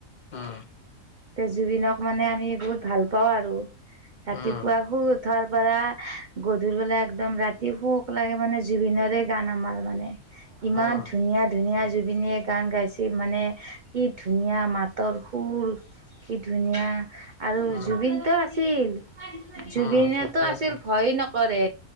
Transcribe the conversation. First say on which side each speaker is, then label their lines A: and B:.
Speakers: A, on the left; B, on the right.
A: উম,
B: এ' জুবিনক মানে আমি বহুত ভাল পাওঁ আৰু ৰাতিপুৱা
A: উম,
B: শুই ৰাতিপুৱাৰ পৰা গধুলি বলে একদম ৰাতি শোক লাগে মানে জুবিনৰে গান আমাৰ মানে, ইমান
A: উম,
B: ধুনীয়া ধুনীয়া জুবিনে গান গাইছিল মানে, কি ধুনীয়া মাতৰ সুৰ কি ধুনীয়া আৰু
A: উম,
B: জুবিনটো আছিল, জুবিনেতো
A: উম, ঠিকে
B: আছিল
A: আছে।
B: ভয় নকৰে